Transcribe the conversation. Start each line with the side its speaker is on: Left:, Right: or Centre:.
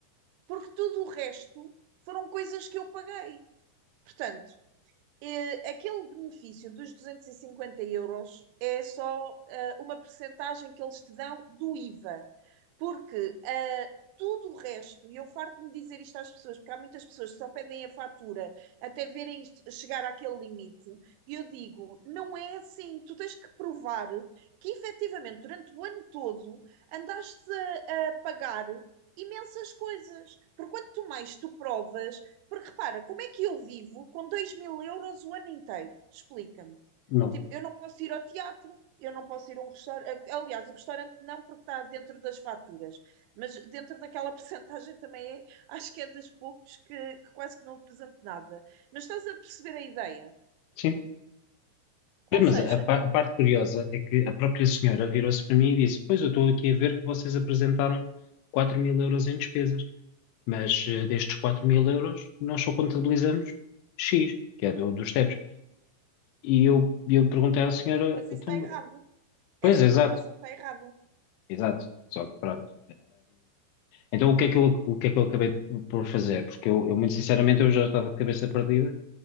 Right: porque tudo o resto foram coisas que eu paguei. Portanto, eh, aquele benefício dos 250 euros é só eh, uma percentagem que eles te dão do IVA, porque eh, tudo o resto, e eu farto-me dizer isto às pessoas, porque há muitas pessoas que só pedem a fatura até verem isto- chegar àquele limite, e eu digo, não é assim, tu tens que provar que efetivamente durante o ano todo andaste a, a pagar imensas coisas, porque quanto mais tu provas, porque repara, como é que eu vivo com 2 mil euros o ano inteiro? Explica-me.
Left: não,
Right: Tipo, eu não posso ir ao teatro, eu não posso ir a um restaurante. Aliás, o restaurante não, porque está dentro das faturas, mas dentro daquela <laughs> percentagem também é, acho que é dos poucos que, que quase que não apresento nada. Mas estás a perceber a ideia?
Left: sim.
Right: Ou
Left: Mas
Right: seja,
Left: a, pa- a parte curiosa é que a própria senhora virou-se para mim e disse: Pois, eu estou aqui a ver que vocês apresentaram 4 mil euros em despesas, mas eh, destes 4 mil euros nós só contabilizamos X, que é do- dos tetos. E eu, eu perguntei à senhora:
Right: mas isso
Left: então,
Right: está errado.
Left: Pois,
Right: Essa
Left: exato,
Right: informação está errada.
Left: exato, só que pronto. Então, o que é que eu, o que é que eu acabei por fazer? Porque eu, eu, muito sinceramente, eu já estava de cabeça perdida